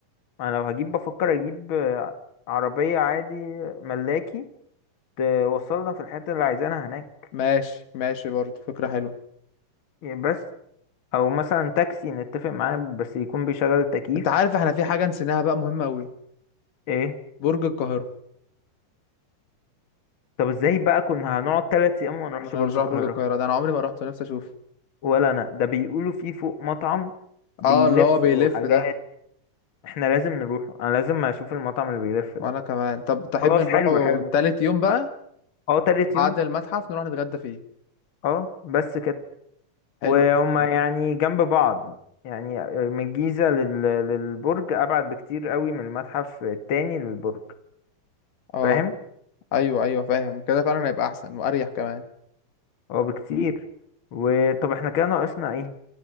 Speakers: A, on the left (about 45°); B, on the left (about 80°).
A: انا لو هجيب بفكر اجيب آه، عربية عادي ملاكي توصلنا في الحتة اللي عايزينها هناك
B: ماشي ماشي برضو فكره حلوه
A: بس او مثلا تاكسي نتفق معاه بس يكون بيشغل التكييف
B: انت عارف احنا في حاجه نسيناها بقى مهمه قوي
A: ايه
B: برج القاهره
A: طب ازاي بقى كنا هنقعد تلات ايام وما نروحش
B: ما انا
A: برج
B: مش رايح
A: القاهرة
B: برج القاهره ده انا عمري ما رحت نفسي اشوفه
A: ولا انا ده بيقولوا فيه فوق مطعم بيلف
B: اه اللي هو بيلف
A: وحاجات
B: ده
A: احنا لازم نروحه انا لازم اشوف المطعم اللي بيلف ده
B: وانا كمان طب تحب
A: خلاص
B: نروحوا
A: حلو حلو
B: تالت يوم بقى
A: اه تالت
B: بعد
A: يوم
B: المتحف نروح نتغدى فيه
A: اه بس كده
B: حلو
A: وهما
B: المحترم
A: يعني جنب بعض يعني من الجيزة لل... للبرج ابعد بكتير قوي من المتحف التاني للبرج
B: اه
A: فاهم
B: ايوه ايوه فاهم كده فعلا هيبقى احسن واريح كمان
A: اه بكتير وطب احنا كده ناقصنا ايه